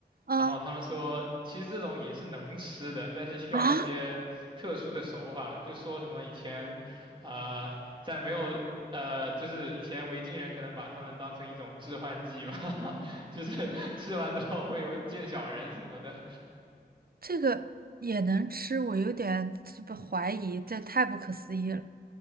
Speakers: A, on the right (about 60°); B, on the right (about 30°).
A: 啊
B: 然后他们说，其实这种也是能吃的，但是需要一些特殊的手法，
A: 啊，
B: 就说什么以前，呃，在没有。呃，就是以前维京人可能把它们当成一种致幻剂吧，<laughs> 就是吃完之后会有见小人什么的。
A: 这个也能吃，我有点这不怀疑，这太不可思议了。